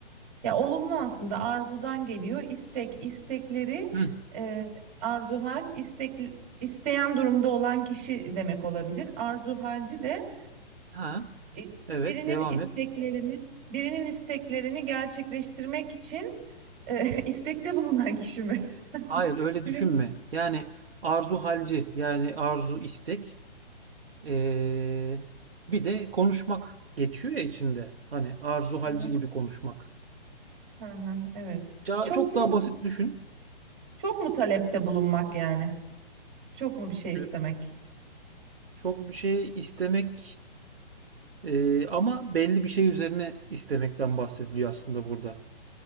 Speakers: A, on the right; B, on the right.
A: Ya olumlu aslında arzudan geliyor. İstek, istekleri
B: Hı,
A: e, arzu hal istek, isteyen durumda olan kişi demek olabilir. arzu halci de
B: ha,
A: is-
B: evet
A: birinin
B: devam
A: isteklerini
B: et.
A: birinin isteklerini gerçekleştirmek için e, <laughs> istekte bulunan kişi mi? <laughs>
B: Hayır öyle
A: Bilemedim.
B: düşünme. Yani arzu halci yani arzu istek eee, bir de konuşmak geçiyor ya içinde. Hani arzu halci
A: ya.
B: gibi konuşmak.
A: Hı hı, evet.
B: Ca-
A: Çok
B: Çok
A: mu
B: daha basit düşün.
A: çok mu talepte bulunmak yani? Çok mu bir şey istemek?
B: Ee, Çok bir şey istemek eee, ama belli bir şey üzerine istemekten bahsediliyor aslında burada.